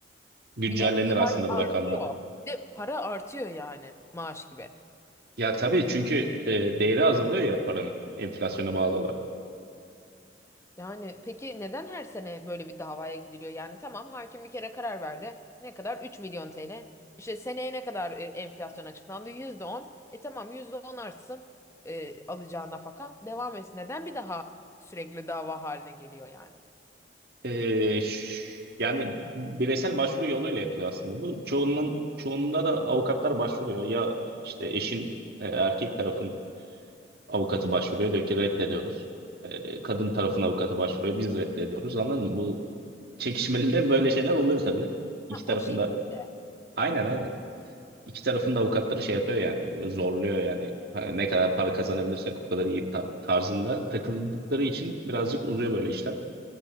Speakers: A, on the right; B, on the left.
A: Güncellenir
B: Bir de yani
A: aslında
B: artıyor.
A: bu rakamlar.
B: Bir de para artıyor yani maaş gibi.
A: Ya tabii çünkü e, değeri azalıyor ya paranın enflasyona bağlı olarak.
B: Yani peki neden her sene böyle bir davaya gidiliyor? Yani tamam hakim bir kere karar verdi. Ne kadar? üç milyon TL. İşte seneye ne kadar e, enflasyon açıklandı? yüzde on. E tamam %10 artsın e, alacağı nafaka. Devam etsin. Neden bir daha sürekli dava haline geliyor yani?
A: E, ş- yani bireysel başvuru yoluyla yapılıyor aslında. Bu çoğunun çoğunda da avukatlar başvuruyor. Ya işte eşin e, erkek tarafın Avukatı başvuruyor diyor ki reddediyoruz. Ee, kadın tarafın avukatı başvuruyor biz reddediyoruz anladın mı? Bu çekişmeli de böyle şeyler oluyor tabii. İki tarafında
B: O şekilde.
A: aynen aynen. İki tarafın da avukatları şey yapıyor yani böyle zorluyor yani. Hani ne kadar para kazanabilirsek o kadar iyi ta- tarzında takıldıkları için birazcık uzuyor böyle işler.